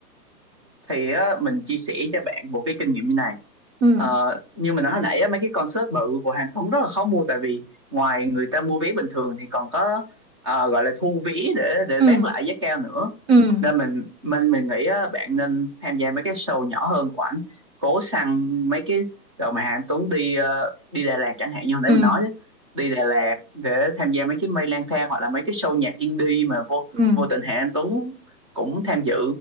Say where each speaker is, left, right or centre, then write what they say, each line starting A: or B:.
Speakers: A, on the right; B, on the right.
A: thì á, mình chia sẻ cho bạn một cái kinh nghiệm như này.
B: ừ
A: Ờ, như mình nói hồi nãy á, mấy cái concert bự của Hàn Tuấn rất là khó mua tại vì ngoài người ta mua vé bình thường thì còn có ờ, gọi là thu vé để để
B: ừ
A: bán lại giá cao nữa
B: ừ
A: nên mình mình mình nghĩ á, bạn nên tham gia mấy cái show nhỏ hơn của ảnh cố săn mấy cái đợt mà Hàn Tuấn đi ờ, đi Đà Lạt chẳng hạn như hồi nãy
B: ừ
A: mình nói á, đi Đà Lạt để tham gia mấy cái mây lang thang hoặc là mấy cái show nhạc indie mà vô
B: ừ
A: vô tình Hàn Tuấn cũng tham dự